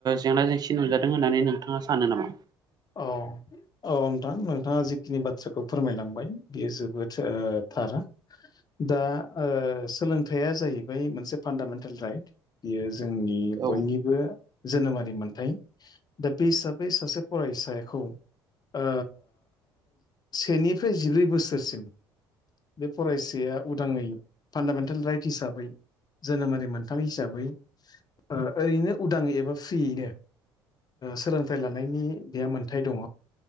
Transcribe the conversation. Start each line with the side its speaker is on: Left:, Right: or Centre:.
Right: जेंना जेंसि नुजादों होननानै नोंथाङा सानो नामा?
Left: अ। औ नोंथां नोंथाङा जिखिनि बाथ्राखौ फोरमायलांबाय बियो जोबोद थार। दा सोलोंथाइया जाहैबाय मोनसे फान्दामेन्टेल राइट। बियो जोंनि
Right: औ
Left: बयनिबो जोनोमारि मोन्थाय दा बे हिसाबै सासे फरायसाखौ ओ सेनिफ्राय जिब्रै बोसोरसिम बे फरायसाया उदाङै फान्दामेन्टेल राइट हिसाबै जोनोमारि मोनथाम हिसाबै ओरैनो उदाङै एबा फ्रियैनो सोलोंथाइ लानायनि बेहा मोनथाय दङ